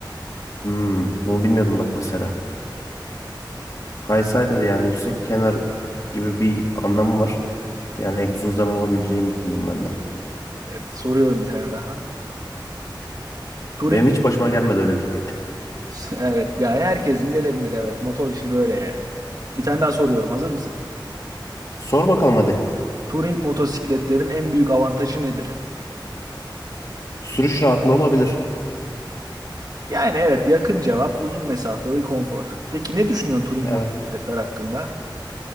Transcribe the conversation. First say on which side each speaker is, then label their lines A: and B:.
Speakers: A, on the left (about 45°); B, on the right (about 50°).
A: Hmm, bunu bilmiyordum bak mesela. High Sider yani yüksek kenar gibi bir anlamı var. Yani egzozdan olabileceğini düşündüm ben de.
B: Evet, soruyorum bir tane daha. Turing,
A: Benim hiç başıma gelmedi öyle bir şey. <laughs>
B: <laughs> evet yani herkesin gelebilir evet motor işi böyle yani. Bir tane daha soruyorum hazır mısın?
A: Sor bakalım hadi.
B: Turing motosikletlerin en büyük avantajı nedir?
A: Sürüş rahatlığı olabilir.
B: Yani evet yakın cevap uzun mesafeli konfor. Peki ne düşünüyorsun touring
A: Evet.
B: motosikletler hakkında?